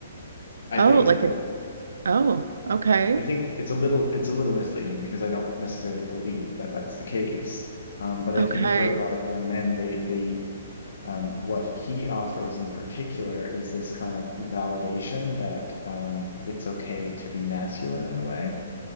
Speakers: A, on the left (about 70°); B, on the right (about 70°).
A: I
B: Oh,
A: think
B: like
A: that
B: a, oh, okay.
A: I think it's a little it's a little misleading because I don't necessarily believe that that's the case. Um, but I
B: Okay.
A: think for a lot of young men, they they um, what he offers in particular is this kind of validation that um, it's okay to be masculine in a way.